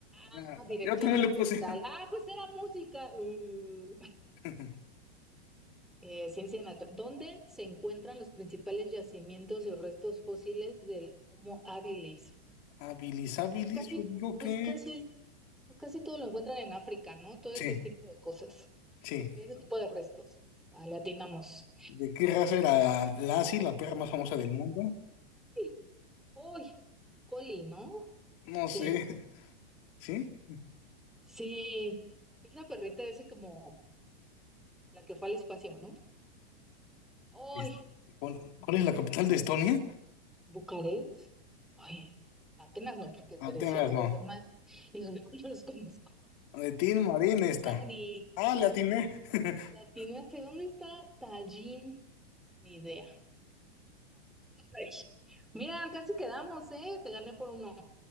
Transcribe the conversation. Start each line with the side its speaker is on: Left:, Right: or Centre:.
Left: Ah,
Centre: Ah, dirección
Left: yo también
Centre: orquestal.
Left: le puse.
Centre: Ah, pues era música. Uh.
Left: <laughs>
Centre: Eh, ciencia natural. ¿Dónde se encuentran los principales yacimientos y restos fósiles del Homo habilis?
Left: Habilis habilis,
Centre: Pues casi,
Left: yo digo
Centre: pues
Left: que...
Centre: casi, pues casi todo lo encuentran en África, ¿no? Todo
Left: Sí,
Centre: ese tipo de cosas,
Left: sí.
Centre: todo ese tipo de restos. Vale, atinamos.
Left: ¿De qué raza era Lassie, la perra más famosa del mundo?
Centre: ¡Ay! ¡Uy! Coli, ¿no?
Left: No
Centre: Sí.
Left: sé. <laughs> ¿Sí?
Centre: Sí, es la perrita ese como la que fue al espacio, ¿no? ¡Ay!
Left: Es- ¿Cuál, cuál es la capital de Estonia?
Centre: ¿Bucarest? Ay, Atenas no, porque es
Left: Atenas
Centre: Grecia, y
Left: no.
Centre: los demás, y los <laughs> demás no los conozco.
Left: De Tin Marín esta.
Centre: Ni
Left: Ah, le atiné. <laughs>
Centre: latinaste, ¿dónde está Tallin? Ni idea. Ay. Mira, casi quedamos, ¿eh? Te gané por uno.